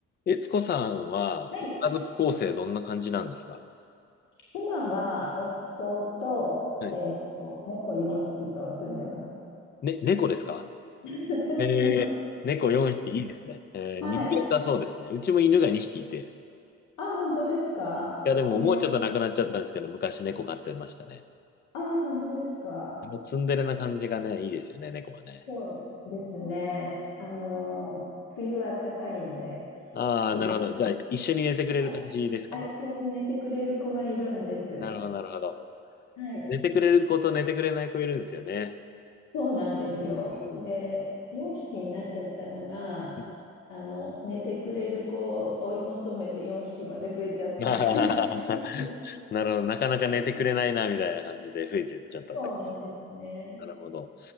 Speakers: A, on the left (about 35°); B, on the left (about 85°).
A: えつこさんは、
B: はい。
A: ご家族構成どんな感じなんですか
B: 今は、夫と、
A: はい。
B: えっと、猫4匹と住んでます。
A: ね、猫ですか
B: <laughs>
A: えー、
B: 猫。
A: 猫4匹いいですね。えー、
B: はい。
A: 人間かそうですね。うちも犬が2匹いて。
B: あ、本当ですかえー、
A: いや、でももうちょっとなくなっちゃったんですけど、昔猫飼ってましたね。
B: あ、本当ですか
A: あのツンデレな感じがね、いいですよね、猫はね。
B: そうですね。あの、冬あったかいんで、
A: ああ、
B: すごい
A: なるほど。じゃあ、一緒に寝てくれる感じですかね。
B: はい、あ一緒に寝てくれる子がいるんです。
A: なるほど、なるほど。
B: はい。
A: そう寝てくれる子と寝てくれない子いるんですよね。
B: そうなんですよ。
A: うんうん
B: で、4匹になっちゃったのが、
A: うん
B: あの、寝てくれる子を追い求めて4匹まで増えちゃったって感じです。
A: <laughs> なるほど。なかなか寝てくれないな、みたいな感じで増えてっちゃったって。
B: そうなんですよね。
A: なるほど。